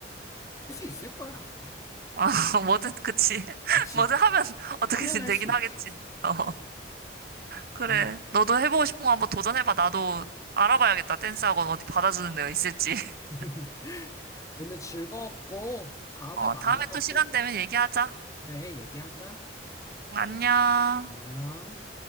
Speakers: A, on the left (about 15°); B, on the right (about 55°).
A: 할 수 있을 거야, 아마.
B: 아, <laughs> 뭐든, 그치. <laughs>
A: 그치.
B: 뭐든 하면 어떻게든
A: 하면 할
B: 되긴
A: 수 있지.
B: 하겠지. 어,
A: 그치.
B: 그래.
A: 어머,
B: 너도 해보고 싶은 거 한번 도전해봐. 나도 알아봐야겠다. 댄스 학원 어디 받아주는 데가 있을지. <laughs>
A: <laughs> 오늘 즐거웠고, 다음에
B: 어,
A: 만나서
B: 다음에 또 시간
A: 또,
B: 되면 얘기하자.
A: 그래, 얘기하자.
B: 안녕.
A: 안녕.